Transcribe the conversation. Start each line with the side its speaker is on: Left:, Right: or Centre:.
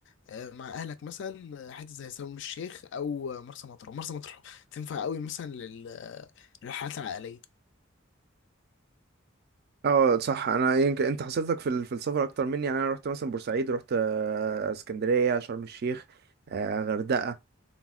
Left: آه، مع اهلك مثلا آه، حته زي شرم الشيخ او آه، مرسى مطروح مرسى مطروح تنفع قوي مثلا لل- آه، للرحلات العائليه
Right: اه صح انا يمكن انت حصلتك في ال- في السفر اكتر مني يعني انا رحت مثلا بورسعيد رحت آه، اسكندريه شرم الشيخ آه، غردقه